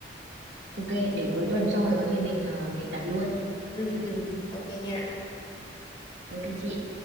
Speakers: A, on the right; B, on the left.
A: Ok, để cuối tuần xong rồi có gì mình ờ, mình đặt luôn.
B: ừ ừ ok nha
A: Ok chị.